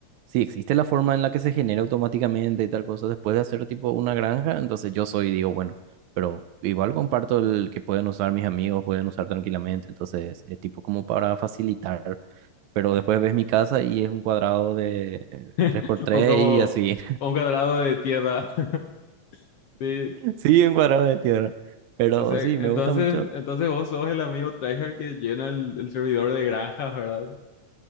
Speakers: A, on the right; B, on the left.
A: si existe la forma en la que se genera automáticamente y tal cosa después de hacer tipo una granja, entonces yo soy, digo, bueno, pero igual comparto el que pueden usar mis amigos, pueden usar tranquilamente, entonces es tipo como para facilitar. Pero después ves mi casa y es un cuadrado de eh,
B: <laughs>
A: 3x3
B: O como
A: y así.
B: un cuadrado de tierra, <laughs> sí.
A: Sí, un cuadrado de tierra. Pero
B: O sea,
A: sí,
B: entonces,
A: me gusta mucho.
B: entonces vos sos el amigo tryhard que llena el, el servidor de granjas, ¿verdad?